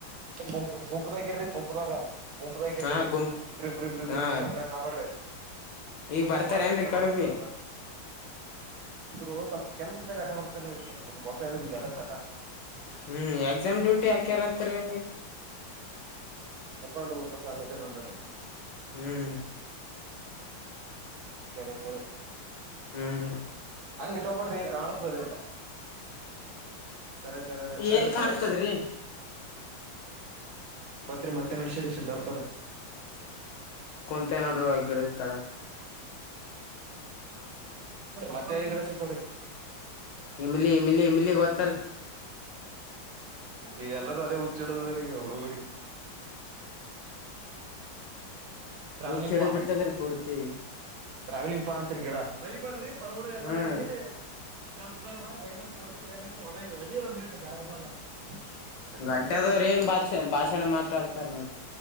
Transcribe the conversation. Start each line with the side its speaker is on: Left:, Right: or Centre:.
Right: ಹ್ಮ್ಮ್. ಕುಂಪದಾಗ ಇರ್ರಿ ಕುಂಪದಾಗ ಗುಂಪದಾಗರ್ರಿ
Left: ಹಾ ಗುಂಪ್
Right: ಇಬ್ರ ಇಬ್ರ ಇಬ್ರಿಬ್ರ
Left: ಹಾ
Right: ಸಪ್ರೇಟ್ ಆಬಾಡ್ರಿ
Left: ಈಗ ಬರ್ತಾರ
Right: ಬಂದ್ ಮೈಯ್ತ
Left: ಏನ್ರೀ ಈ
Right: ನೋಡ್ರಿ
Left: ಕಡೆ ಬಿ
Right: ಮಸ್ತನ್ ಶುರು ಸ್ವಲ್ಪ ಕೆಲ್ಸ ಇದ್ದಾಗ ಅಟ ಬರ್ತಾರೆ ನಮ್ಗೆ ಗೊತ್ತ್ರೀ ಈಗಲ್ಲ ಚಟ
Left: ಹ್ಮ್ ಎಕ್ಸಾಮ್ ್ಯೂ ಮಪ್ಪೆ ಯಾಕ್ಯಾರತ್ರೇಣಿ
Right: ಮುಖಂಡರ ಮುಖ ಸಂಘಟನೆ ಅಂದರೆ
Left: ಹ್ಮ್
Right: ಕೇತ
Left: ಹ್ಮ್
Right: ಹಂಗಿಟ್ಟ ಹೋಗಬೇಡ್ರಿ ಕಾಣತದರಿಿ ಕರೆ ಕರೆ ರ ನಡ್ರಿ
Left: ಏನ್ ಕಾಣ್ತದ್ರಿ
Right: ಪಡಡ ಪತ್ರಿ ಮತ್ತೆ ಅಂಗಡಿ ಶಿರಷ್ಧಾರ್ತವ್ರ
Left: ಮತ್ತೆ ನೋಡ್ರಿ ಒ ಗಿಡದ ಕಳ
Right: ಮತ್ತ ಈಗ ತ್ತ
Left: ಇಮ್ಲಿ ಇಮ್ಲಿ ಇಮಲಿ ಗೊತ್ತ
Right: ಹಕ ಈಗಲ್ಲರೂ ಅದೇ ಹುಚ್ಚಿಡ್ದದಾರ ಈಗ ಹುಡುಗ ್ರಾವಂಗ್
Left: ಹುಚ್ ಹಿಡದ್
Right: ಪ
Left: ಬಿಟ್ಟದ್ರಿ ಪೂರ್ತಿ
Right: ಾವಲಿಂಗ್ ಪಾಂತೀಡಾ ಭಯಬಡ್ರೀ ಪರಗಳು ಎಲ್ಲ
Left: ಹ್ಮ್
Right: ಎಲ್ಲಿ ಕೆಲ್ಸ ಬ ಬೈ ಏನ ಹೊ ಬಾರಲ್ಲ ಖರೆರ
Left: ಗಡ್ಡದವ್ರ ಏನ್ ಭಾಷ ಭಾಷಣ ಮಾತಾಡ್ತಾರ ನೋಡ್ರಿ